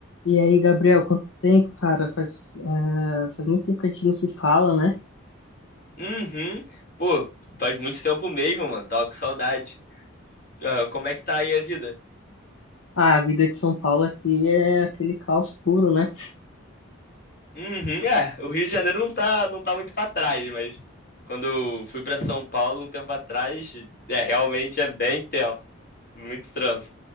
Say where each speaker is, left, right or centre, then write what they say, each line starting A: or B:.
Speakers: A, on the left; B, on the left.
A: E aí, Gabriel, quanto tempo, cara? Faz, eh, faz muito tempo que a gente não se fala, né?
B: Uhum. Pô, faz muito tempo mesmo, mano. Tava com saudade. Ah, como é que tá aí a vida?
A: Ah, a vida de São Paulo aqui é aquele caos puro, né?
B: Uhum. É, o Rio de Janeiro não tá, não tá muito pra trás, mas quando eu fui pra São Paulo um tempo atrás, é, realmente é bem tenso. Muito trânsito.